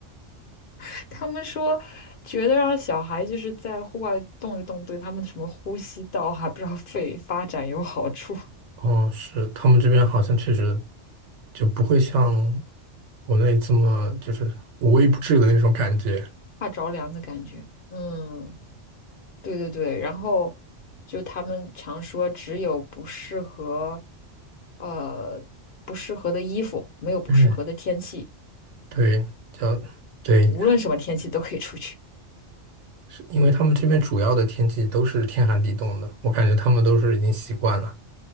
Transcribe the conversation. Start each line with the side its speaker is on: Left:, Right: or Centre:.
Left: <laughs> 他们说，觉得让小孩就是在户外动一动，对他们什么呼吸道还不知道肺发展有好处。
Right: 哦，是，他们这边好像确实就不会像国内这么就是无微不至的那种感觉。
Left: 怕着凉的感觉。嗯，对对对。然后就他们常说，只有不适合，呃，不适合的衣服，没有不适合的天气，
Right: 嗯，对，叫对，
Left: 无论什么天气都可以出去。
Right: 是因为他们这边主要的天气都是天寒地冻的，我感觉他们都是已经习惯了。